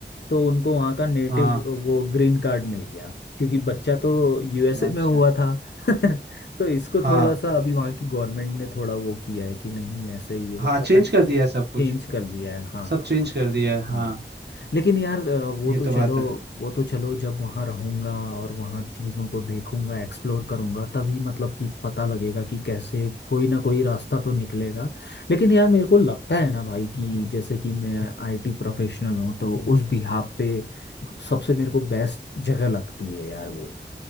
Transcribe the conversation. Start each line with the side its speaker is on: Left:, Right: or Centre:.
Left: तो उनको वहाँ का नेटिव
Right: हाँ
Left: वो ग्रीन कार्ड मिल गया क्योंकि बच्चा तो यूएसए
Right: अच्छा
Left: में हुआ था <laughs> तो इसको
Right: हाँ
Left: थोड़ा सा अभी वहाँ की गवर्नमेंट ने थोड़ा वो किया है कि नहीं ऐसे ही है वो
Right: हाँ चेंज
Left: पता नहीं
Right: कर दिया है सब कुछ
Left: चेंज कर लिया है हाँ
Right: सब
Left: हाँ
Right: चेंज
Left: हाँ
Right: कर दिया है
Left: हाँ
Right: हाँ
Left: लेकिन यार अ, वो
Right: ये
Left: तो
Right: तो
Left: चलो
Right: बात है
Left: वो तो चलो जब वहाँ रहूँगा और वहाँ चीज़ों को देखूंगा एक्सप्लोर करूंगा तभी मतलब कि पता लगेगा कि कैसे कोई ना कोई रास्ता तो निकलेगा लेकिन यार मेरे को लगता है ना भाई कि जैसे कि मैं आईटी प्रोफेशनल हूँ तो उस बिहाफ पे सबसे मेरे को बेस्ट जगह लगती है यार वो